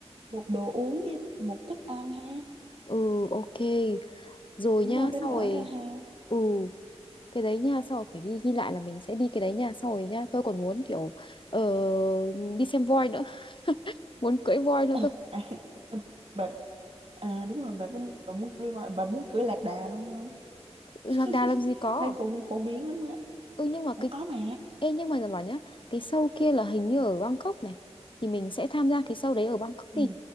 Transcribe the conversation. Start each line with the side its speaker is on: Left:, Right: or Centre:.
Right: một đồ uống với một thức ăn ha
Left: ừ ok rồi
Right: cũng
Left: nhá
Right: đâu đến
Left: sau
Right: nỗi
Left: rồi
Right: đâu ha
Left: ừ cái đấy nha sau rồi phải ghi ghi lại là mình sẽ đi cái đấy nha sau rồi nhá tôi còn muốn kiểu ờ, đi xem voi nữa <laughs> muốn cưỡi voi nữa
Right: Ờ,
Left: cơ
Right: à, <laughs> bà à, đúng rồi bà cũng bà muốn cưới voi- bà muốn cưới lạc đà luôn không
Left: Ừ,
Right: <laughs>
Left: lạc đà làm gì có
Right: thấy cũng phổ biến lắm á
Left: ừ nhưng mà
Right: Ủa,
Left: cái
Right: có mà
Left: ê nhưng mà là bảo nhá cái show kia là hình như ở Bangkok này thì mình sẽ tham gia cái show đấy ở Bangkok
Right: ừ
Left: đi